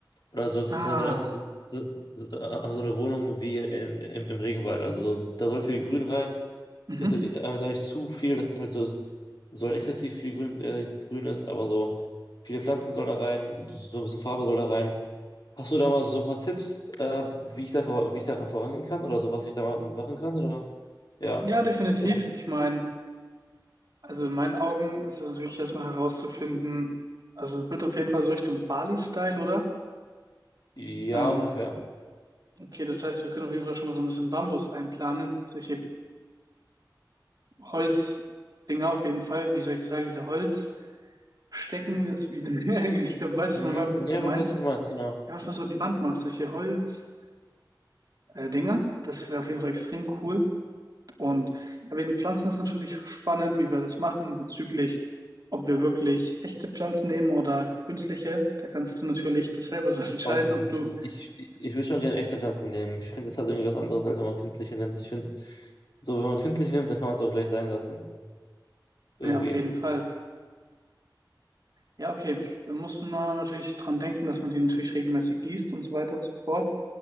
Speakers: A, on the left; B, on the right.
A: Oder so, so,
B: Ah.
A: so, so, so, so, so äh, so eine Wohnung wie in, in, im, im Regenwald. Also so, da soll viel Grün rein.
B: Mhm.
A: ist, äh, sag ich, zu viel, das ist halt so, soll exzessiv viel grün, äh, grün ist, aber so viele Pflanzen sollen da rein, so ein bisschen Farbe soll da rein. Hast du da mal so ein paar Tipps, äh, wie ich da, vor- wie ich da vorangehen kann oder so, was ich da mal machen kann? Oder? Ja.
B: Ja, definitiv.
A: Sehr-
B: Ich meine, also in meinen Augen ist es natürlich erstmal herauszufinden, also es wird auf jeden Fall so Richtung Bali-Style, oder?
A: Ja,
B: Ähm,
A: ungefähr.
B: okay, das heißt, wir können auf jeden Fall schon mal so ein bisschen Bambus einplanen, solche Holzdinger auf jeden Fall. Wie soll ich das sagen, diese Holzstecken, ist wie, <laughs> ich glaube, du weißt,
A: Mhm.
B: was man
A: Ja,
B: meint,
A: aber ich weiß, was du meinst, genau.
B: ja, was man so an die Wand macht, solche Holz, äh, Dinger. Das wäre auf jeden Fall extrem cool. Und ja, wegen Pflanzen ist natürlich spannend, wie wir das machen bezüglich, ob wir wirklich echte Pflanzen nehmen oder künstliche. Da kannst du natürlich das selber so <laughs> entscheiden,
A: Aber ich,
B: ob du,
A: ich, ich würde schon gerne echte Pflanzen nehmen. Ich finde, das hat irgendwie was anderes, als wenn man künstliche nimmt. Ich finde, so, wenn man künstliche nimmt, dann kann man es auch gleich sein lassen. Irgendwie.
B: ja, auf jeden Fall. Ja, okay. Da muss man natürlich dran denken, dass man die natürlich regelmäßig gießt und so weiter und so fort